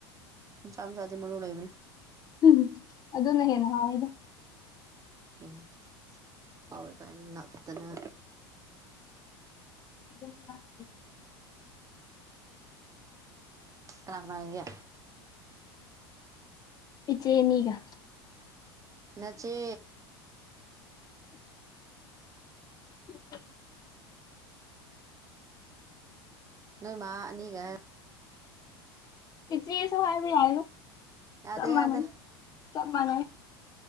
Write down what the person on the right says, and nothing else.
ꯆꯝ ꯁꯥ ꯃꯅ ꯂꯩꯣꯏꯕꯤ
ꯎꯝ ꯍꯔ ꯀ ꯏ ꯑꯗꯨꯅ
ꯀꯅꯥ ꯀꯅꯥ ꯂꯩꯒꯦ
ꯅꯆꯦ
ꯅꯣꯏ ꯃꯥ ꯑꯅꯤꯒ
ꯌꯥꯗꯦ
ꯌꯥꯗꯦ